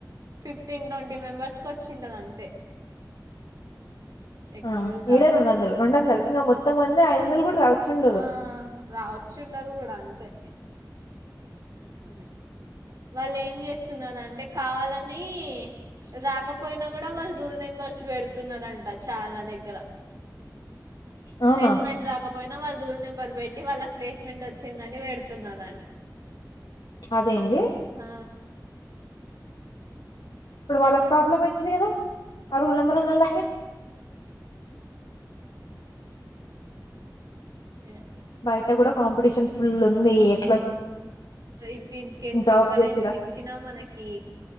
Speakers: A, on the right; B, on the left.
A: ఫిఫ్టీన్ ట్వంటీ మెంబర్స్ కి వచ్చిండదు అంతే ఎక్కువ
B: ఆ
A: కూడా
B: ఇడ
A: రాలే
B: రెండు వందలు రెండు వందలు ఇంకా మొత్తం వంద ఐదు వందలు కూడా రావచ్చుండదు
A: ఆ రావచ్చు అట్లా కూడా అంతే ఉను వాళ్ళు ఏం చేస్తున్నారు అంటే కావాలని రాకపోయినా కూడా వాళ్ళు రూల్ నెంబర్ స్ పెడుతున్నారంట చాలా దగ్గర
B: అవునా
A: ప్లేస్మెంట్ రాకపోయినా వాళ్ళు జున్ రోల్ నెంబర్ పెట్టి వాళ్ళకి ప్లేస్మెంట్ వచ్చిందని పెడుతున్నరంటా
B: అదేంది
A: ఆ
B: అప్పుడు వాళ్లకి ప్రాబ్లమ్ ఐతదికదా ఆ రోల్ నంబర్ ఉన్నోళ్లకి
A: లేదు
B: బయట కూడా కాంపిటీషన్ ఫుల్ ఉంది ఇగ
A: ఇఫ్ ఇన్ కేేస్
B: జాబ్
A: రిఫరెన్స్
B: చేసుడ
A: ఇచ్చినా మనకి